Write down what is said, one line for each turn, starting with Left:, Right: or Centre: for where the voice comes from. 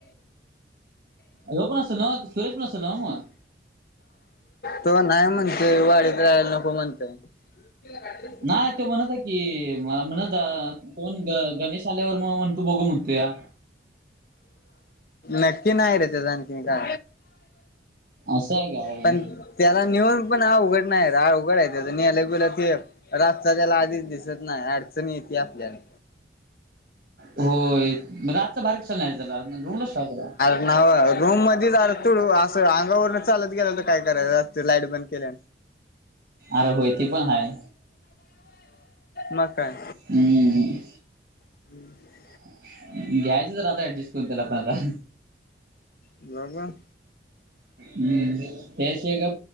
Right: हो पण असेल ना सुरेश पण असेल ना मग
Left: तो नाही म्हणतेय वाडीत राहायला नको म्हणताय. ह अ
Right: नाही तो म्हणत की मला म्हणत कोण ग गणेश आल्यावर म म्हण. बघ मुत्या
Left: नक्की नाही रे ते जा. तन का
Right: असं आहे काय
Left: प त्याला नेऊन पण हा उघड नाही हा उघड आहे त्याच नेलं पिलं ते रात त्याला आधीच दि नाही अडचणी येते आपल्याला
Right: होय म्हणजे आजचा बाहेर क चल नाही त्याला रुंगलच्टाय त्याला
Left: नाव रूम मध्ये जालं तुडू असं अंगावरून चालत गेला तर काय करायच असत लाईट बंद. केल्या
Right: अरे होय ते पण हाय
Left: मग काय
Right: हम्.
Left: हम्म.
Right: घ्यायचं तर आता ऍडजस्ट करून त्याला पण आता
Left: बब.
Right: हम्म त्यास का